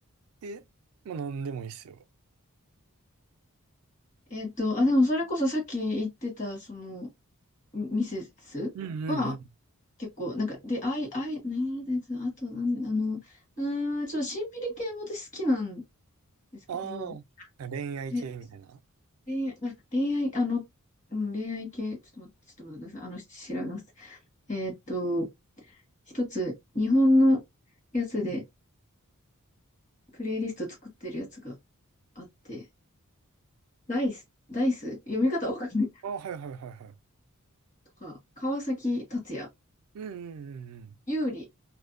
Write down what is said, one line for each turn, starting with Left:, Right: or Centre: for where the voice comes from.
Right: え、まあなんでもいいっすよ。
Left: えっと、あ、でもそれこそさっき言ってた、その、ミセスは
Right: うんうんうん。
Left: 結構、なんか、で、あい、アイねえ、で、あと、なんで、あの、うーん、ちょっとシンピリ系も私好きなんですけど、
Right: ああ、恋愛系みたいな。
Left: え、恋愛、あ、恋愛、あの、うん、恋愛系、ちょっと待って、ちょっと待ってください。あの、調べます。えーっと、一つ、日本のやつで、
Right: うん
Left: プレイリスト作ってるやつがあって、ダイス、ダイス読み方わかんない。
Right: ああ、はいはいはいはい。
Left: とか、川崎達也、
Right: うんうん
Left: ユーリ。